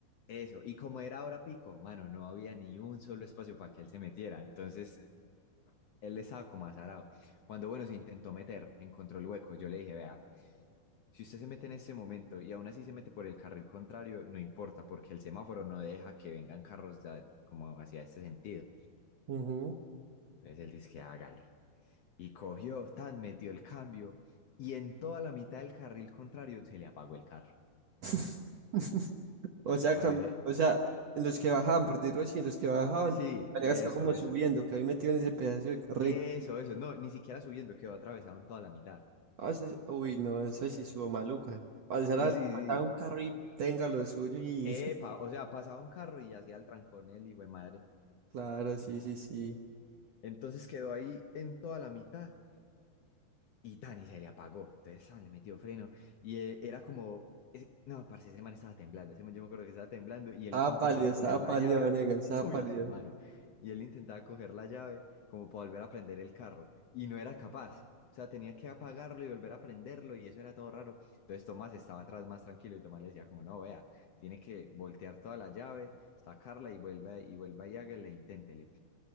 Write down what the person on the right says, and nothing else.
Ujú.
<laughs> O sea,
cam-
o sea, en los que bajaban, por decirlo así, en los que bajaban,
maneras
que como
subiendo, que había metido en ese pedazo de carril.
A veces, uy, no, eso sí estuvo maluca. Pasar
a, pasar
a un
carro y tenga lo suyo y...
<laughs>
Claro, sí, sí, sí.
Estaba
pálido,
estaba
pálido,
Vanegas, estaba
pálido.